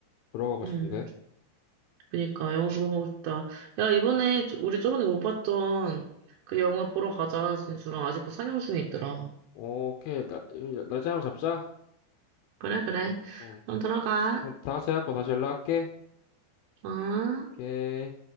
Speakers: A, on the left; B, on the right.
A: 들어가고
B: 음,
A: 싶은데
B: 그니까 영화 보러 가고 싶다. 야, 이번에 저- 우리 저번에 못 봤던 그 영화 보러 가자, 진수랑. 아직 그거 상영 중에 있더라.
A: 어, 오케이 날 날짜 한번 잡자
B: 그래, 그래.
A: 어
B: 그럼 들어가.
A: 그럼 다 같이 해갖고 다시 연락할게
B: 어?
A: 오케이